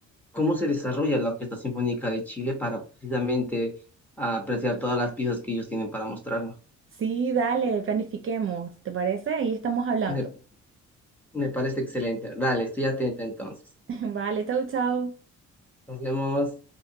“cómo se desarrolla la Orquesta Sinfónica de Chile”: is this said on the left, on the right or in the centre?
Centre